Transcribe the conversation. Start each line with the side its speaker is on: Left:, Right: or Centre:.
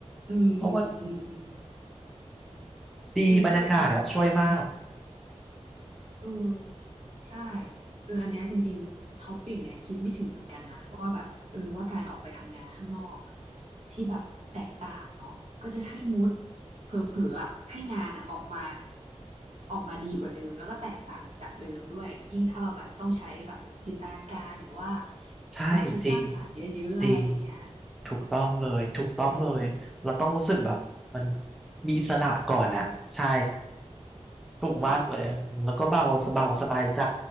Right: อืม
Centre: เพราะว่า
Right: อืม อืม อืม
Centre: ดีบรรยากาศอะช่วยมาก
Right: เออช่วยแบบอย่าง เออใช่เอออันเนี้ยจริงๆท็อปปิ้งเนี่ยคิดไม่ถึงเหมือนกันนะว่าแบบเออว่าการออกไปทำงานข้างนอกที่แบบแตกต่างเนาะก็จะให้มูดเผลอๆอะให้งานอะออกมาออกมาดีกว่าเดิมแล้วก็แตกต่างจากเดิมด้วยยิ่งถ้าเราแบบต้องใช้แบบจินตนาการหรือว่า
Centre: ใช่จริง
Right: ความคิดสร้างสรรค์เยอะๆอะไรอย่างเงี้ย
Centre: จริงถูกต้องเลยถูกต้องเลยเราต้องรู้สึกแบบมัน
Right: อืม
Centre: มีอิสระก่อนอ่ะใช่ถูกมากเลยอืมแล้วก็เบาสบายสบายใจ
Right: อืม